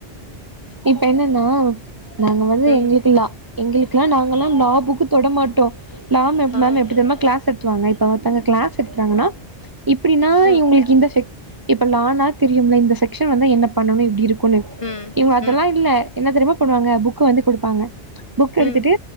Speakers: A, on the right; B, on the left.
A: இப்ப என்னன்னா நாங்க வந்து
B: ம்
A: எங்குளுக்கு லா எங்குளுக்லா நாங்கல்லா லா புக்கு தொட மாட்டோ லா மெ
B: ஆ
A: மேம் எப்டி தெரிமா கிளாஸ் தத்துவாங்க இப்ப ஒருத்தங்க கிளாஸ் எடுத்துட்டாங்கன்னா இப்பிடின்னா
B: ம்
A: இவுங்குளுக்கு இந்த செக் இப்ப லானா தெரியும்ல இந்த செக்ஷன் வந்தா என்ன பண்ணணு இப்டி இருக்குனு
B: ம்
A: இவுங்க அதல்லா
B: ம்
A: இல்ல என்ன தெரிமா பண்ணுவாங்க புக்க வந்து குடுப்பாங்க புக் எடுத்துட்டு
B: ம்